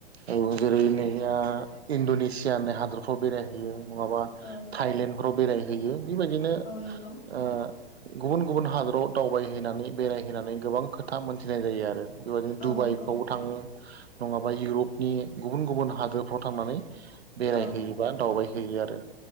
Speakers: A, on the right; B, on the left.
A: औ जेरै नैया इणड'नेसिया होननाय हादरफ्राव बेरायहैयो नङाबा
B: औ
A: थाइलेण्डफ्राव बेरायहैयो बेबायदिनो
B: औ नंगौ
A: ओ गुबुन गुबुन हादराव दावबायहैनानै बेरायहैनानै गोबां खोथा मोनथिनाय जायो आरो बेबायदिनो
B: औ
A: दुबाइफ्रावबो
B: नंगौ
A: थाङो नङाबा इउरपनि गुबुन गुबुन हादोरफ्राव थांनानै बेरायहैयोबा
B: औ
A: दावबाय हैयो आरो